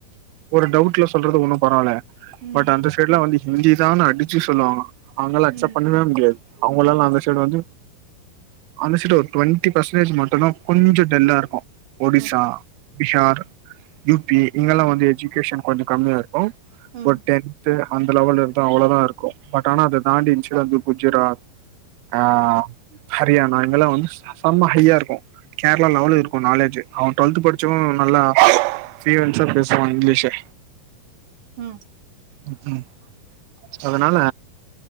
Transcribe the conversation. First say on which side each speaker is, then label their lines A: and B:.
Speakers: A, on the right (about 80°); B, on the right (about 60°).
A: ஒரு டவுட்ல சொல்றது ஒன்னும் பரவால்ல
B: ம்,
A: பட் அந்த சைட்ல வந்து ஹிந்தி தானு அடிச்சு சொல்லுவாங்க அவங்கல்லாம் அக்சப்ட்
B: ம்,
A: பண்ணவே
B: ம்.
A: முடியாது அவங்கள எல்லாம் அந்த சைடு வந்து அனுச்சிட்டு ஒரு டுவெண்டி பர்சன்டேஜ் மட்டும் தான் கொஞ்சம் டல்லாருக்கும் ஒடிசா
B: ஓகே.
A: பீஹார் யூபி இங்கெல்லாம் வந்து எஜுகேஷன் கொஞ்சம் கம்மியா க்ஷஃருக்கும்
B: ஆ,
A: ஒரு டென்து அந்த லெவல இருந்த அவ்ளவுதான் இருக்கும் பட் ஆனா அத தாண்டி <unintelligible> வந்து குஜராத் ஆ ஹரியானா இங்கெல்லாம் வந்து செம்ம ஹையாருக்கும் கேரளா லெவல்ல இருக்கும் நாலேஜ் அவன் டுவெல்த் படிச்சும் நல்லா பீளியான்ச பேசுவான் இங்கிலீஷு
B: ம்
A: ம் அதனால